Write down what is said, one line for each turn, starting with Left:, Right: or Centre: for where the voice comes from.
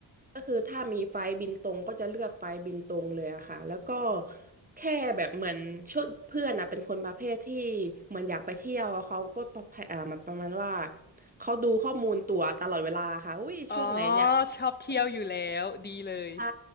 Right: ก็คือถ้ามีไฟล์บินตรงก็จะเลือกไฟล์บินตรงเลยอะค่ะแล้วก็แค่แบบเหมือนชุดเพื่อนอะเป็นคนประเภทที่เหมือนอยากไปเที่ยวอะเขาก็ประเภทอ่ามาประมาณว่าเขาดูข้อมูลตั๋วตลอดเวลาค่ะอุ้ยช่วงไหนเนี่ย
Left: อ๋อชอบเที่ยวอยู่แล้วดีเลย
Right: ใช่